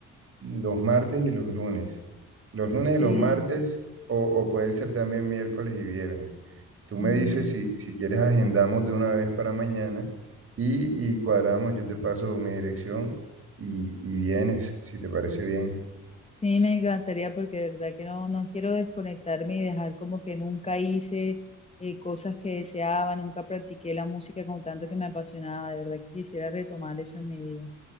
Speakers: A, on the right; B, on the left.
A: los martes y los lunes. Los lunes y
B: Sí.
A: los martes, o, o puede ser también miércoles y viernes. Tú me
B: mm.
A: dices si, si quieres agendamos de una vez para mañana y, y cuadramos, yo te paso mi dirección y, y vienes, si te parece bien.
B: Sí, me encantaría porque de verdad que no, no quiero desconectarme y dejar como que nunca hice eh, cosas que deseaba, nunca practiqué la música con tanto que me apasionaba. De verdad que quisiera retomar eso en mi vida.